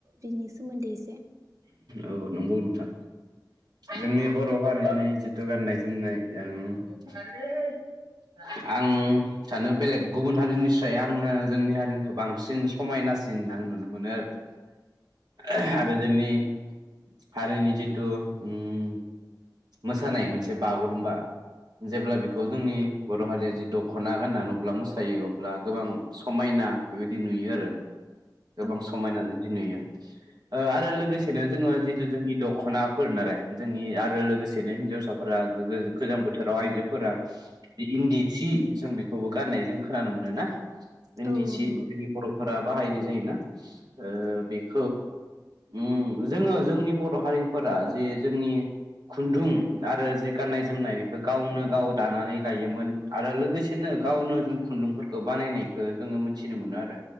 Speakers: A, on the right; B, on the right.
A: बिनि सोमोन्दै एसे।
B: औ नंगौ नोंथां जोंनि बर' हारिनि जिथु गाननाय जोमनाय आं आं सानो बेलेग गुबुन हारिनि साय आङो जोंनि हारिनिखौ बांसिन समायनासिन आं नुनो मोनो आरो
A: <inaudible>
B: ओरो जोंनि हारिनि जिथु ओम मोसानाय मोनसे बागुरुमबा जेब्ला बेखौ
A: औ
B: जोंनि बर' हारिया जि दख'ना गाननानै अब्ला मोसायो अब्ला गोबां समायना बेबायदि नुयो आरो। गोबां
A: औ
B: समायना जुदि नुयो।
A: <inaudible>
B: ओ आरो लोगोसेनो जोङो जितु जोंनि दख'नाफोर नालाय जोंनि आरो लोगोसेनो हिनजावसाफोरा गो गोजां बोथोराव आइजोफोरा इन्दि सि जों बेखौबो गाननाय जों खोनानो मोनो ना। इन्दि
A: औ
B: सि
A: नंगौ
B: जोंनि बर'फोरा बाहायनाय जायोना ओ बेखौ
A: <inaudible>
B: उम जोङो जोंनि बर' हारिफोरा जे जोंनि खुन्दुं आरो जि गाननाय जोमनाय बेखौ गावनो गाव दानानै लायोमोन। आरो लोगोसेनो गावनो जों खुन्दुंफोरखौ बानायनायखौ जोङो मोनथिनो मोनो आरो।